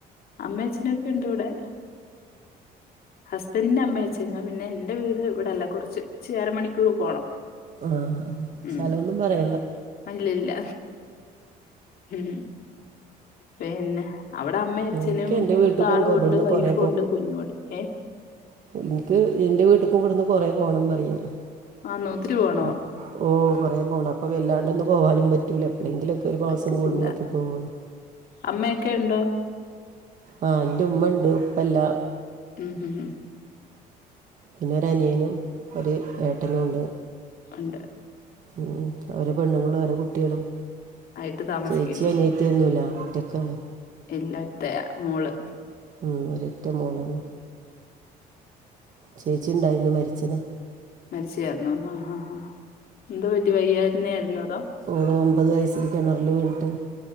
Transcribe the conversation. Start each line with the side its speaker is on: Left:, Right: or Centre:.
Left: അമ്മി അച്ഛനൊക്കെ ഇണ്ട് ഇവിടെ ഹസ്ബൻറിന്റെ അമ്മയെച്ചനാ പിന്നെ എന്റെ വീട് ഇവിടെല്ല കുറച്ച് ഇച്ചരി അര മണിക്കൂർ പോണം
Right: ആ ആ
Left: ഉം
Right: സ്ഥലമൊന്നും പറയണ്ട
Left: ഇല്ലല്ല ഉം പിന്നെ അവിടെ അമ്മ അച്ഛനും
Right: എനിക്ക് എൻ്റെ
Left: മൂത്താളുണ്ട്
Right: വീട്ടിലേക്കും ഇവിടുന്ന്
Left: വൈഫും
Right: കുറേ
Left: ഉണ്ട് കുഞ്ഞുണ്ട് ഏ
Right: ഇൻക്ക് ഇന്റെ വീട്ട്ക്കും ഇവിടുന്ന് കൊറേ പോണം പറയാ
Left: ആന്നോ ഒത്തിരി പോണോ
Right: അ- ഓ കൊറെ പോണം അപ്പൊ വല്ലാണ്ടൊന്നും പോവാനും പറ്റൂല എപ്പോളെങ്കിലൊക്കെ ഒരു മാസം
Left: പറ്റത്തില്ല
Right: കൂടുമ്പോളൊക്കെ പോവ
Left: അമ്മയൊക്കെ ഉണ്ടോ
Right: ആഹ് ന്റെ ഉമ്മ ഉണ്ട് ഉപ്പല്ല
Left: ഉം ഉം
Right: പിന്നെ ഒരനിയനും ഒരു ഏട്ടനും ഉണ്ട്
Left: ഉണ്ട്
Right: ഉം അവര് പെണ്ണുങ്ങളും അവരെ കു ട്ടിയളും
Left: ആയിട്ട് താമസിക്കുന്നു
Right: ചേച്ചി അനിയത്തിയൊന്നുല്ല ഒറ്റക്കാണ്
Left: ഇല്ലത്ത മോള്
Right: ഉം, ഒരൊറ്റ മോളാണ് ചേച്ചി ഉണ്ടായിരുന്നു മരിച്ചതാ
Left: മരിച്ചായിരുന്നു ആ ആ ആ എന്തു പറ്റി വയ്യരുന്ന ആയിരുന്നോ അതോ
Right: ഓള് ഒമ്പത് വയസ്സിൽ കിണറൽ വീണിട്ട്